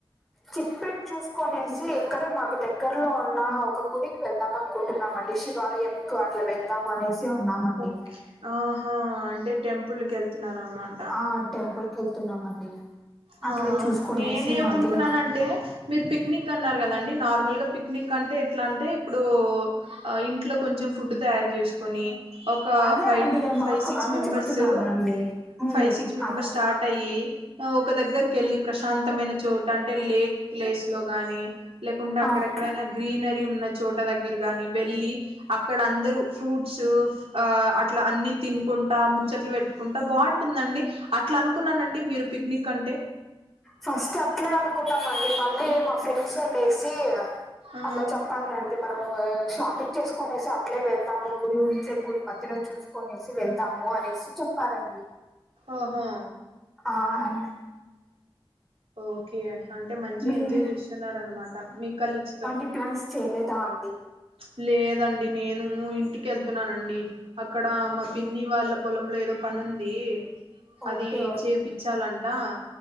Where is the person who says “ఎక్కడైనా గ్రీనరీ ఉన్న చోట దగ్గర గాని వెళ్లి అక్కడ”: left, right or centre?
Right